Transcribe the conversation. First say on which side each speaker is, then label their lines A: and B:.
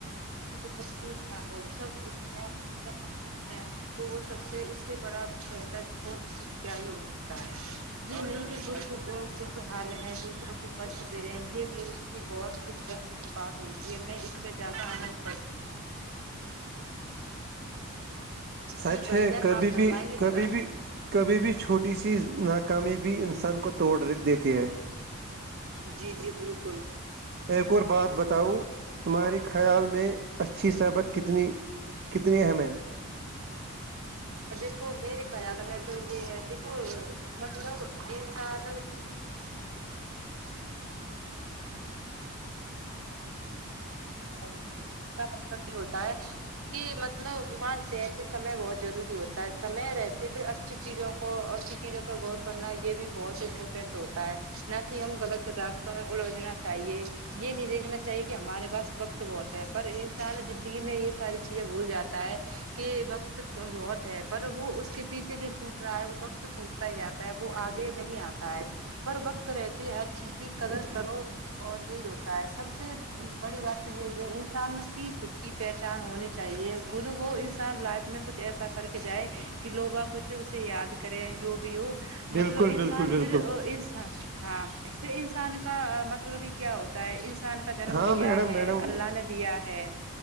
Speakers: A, on the right (about 70°); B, on the right (about 45°).
A: سی کو تکلیف نہ ہو سب کچھ ہےت کھ ہے <unintelligible> تو وہ سب سے اس سے بڑا بہتر اور کیا ہو سکتا ہے ج نہیں کہ اور خوشحال ہے دوسروں کو کش دے رہے ہیں یہ میرے لی بہت سکھ درد کی بات ہوتی ہے میں اس پہ زیادہ عمل کرتی
B: سچ
A: جی بھائی
B: ہے
A: جان
B: کبھی
A: آپ فرمائیں
B: بھی
A: گے
B: کبھی
A: ذرا
B: بھی کبھی بھی چھوٹی سی ناکامی بھی انسان کو توڑ دیتی ہے
A: جی جی بالکل
B: ایک اور بات بتاؤ تمہارے خیال میں اچھی صبت کتنی <unintelligible> کتنے اہم ہیں
A: دیکھو میرے خیال میں تو یہ ہے دیکھو مطلب انسان اس کا مطلب یہ ہوتا ہے کہ مطلب مانتے ہیں کہ سمے بہت ضروری ہوتا ہے سمے رہتے پھر اچھی چیزوں کو اچھی چیزوں پہ غور کرنا یہ بھی بہت امپورٹینٹ ہوتا ہے نہ کہ ہم غلط تدافتوں میں الجھنا چاہیے یہ نہیں دیکھنا چاہیے کہ ہمارے پاس وقت تو بتے ہیں پر انسان زندگی میں یہ ساری چیزیں بھول جاتا ہے کہ وقت بہت ہے پر وہ اس کے پیچھے جو چھوٹ رہا ہے وہ وقت چوٹ جاتا ہے وہ آگے نہیں آتا ہے ہر وقت رہتی ہے ہر چیز کی قدر کرو اور یہی ہوتا ہے سب سے بڑی بات یہ یہ انسان کی خود کی پہچان ہونی چاہیے خود وہ انسان لائف میں کچھ ایسا کر کے جائے کہ لوبا کچھ اسے یاد کرے جو بھی ہو
B: بالکل
A: مطلب انسان
B: بالکل
A: پھر
B: بالکل
A: انسان ہاں پھر انسان کا مطلب ہی کیا ہوتا ہے انسان کا جنم
B: ہاں
A: لیا
B: میڈم
A: ہے
B: میڈم
A: اللہ نے دیا ہے